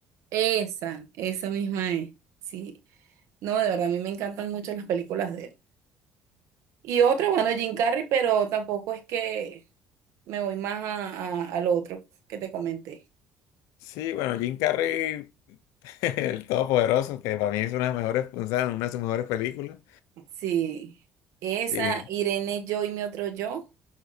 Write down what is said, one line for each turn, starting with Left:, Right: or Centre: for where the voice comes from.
Right: esa, esa misma es. Sí. No, de verdad, a mí me encantan mucho las películas de él. Y otra, bueno, Jim Carrey, pero tampoco es que me voy más a- a- al otro que te comenté.
Left: Sí, bueno, Jim Carrey, <laughs> el Todopoderoso, que para mí es una de las mejores, o sea, una de sus mejores películas.
Right: Sí, esa
Left: Sí.
Right: Irene, yo y mi otro yo,